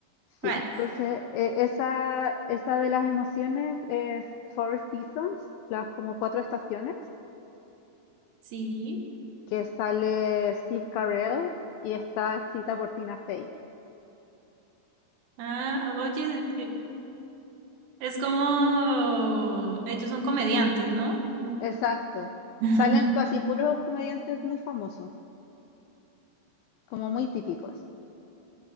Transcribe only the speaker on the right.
Vale.
Sí.
Ah, oye, es como, ellos son comediantes, ¿no?
<laughs>
<laughs>